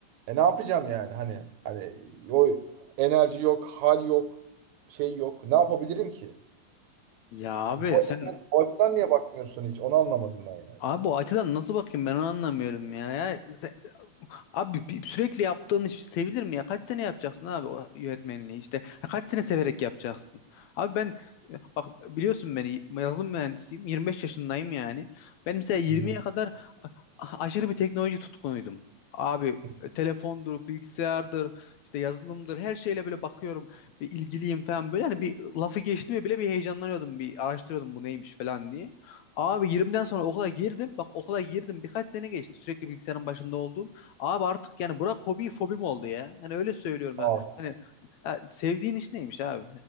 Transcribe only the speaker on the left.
Ya abi
Sen
Abi o açıdan nasıl bakayım ben onu anlamıyorum ya. Ya se- abi bir- sürekli yaptığın iş sevilir mi ya? Kaç sene yapacaksın abi o yönetmenliği işte? Ha, Kaç sene severek yapacaksın? Abi ben bak biliyorsun beni yazılım mühendisiyim. 25 yaşındayım yani. Ben mesela 20'ye
kadar a- aşırı bir teknoloji tutkunuydum. Abi
e, telefondur, bilgisayardır, işte yazılımdır her şeyle böyle bakıyorum. Bir ilgiliyim falan böyle. Hani bir lafı geçti mi bile bir heyecanlanıyordum. Bir araştırıyordum bu neymiş falan diye. Abi 20'den sonra okula girdim. Bak okula girdim birkaç sene geçti. Sürekli bilgisayarın başında olduğum. Abi artık yani bırak hobi fobim oldu ya. Yani öyle söylüyorum. ha.
Hani ya sevdiğin iş neymiş abi?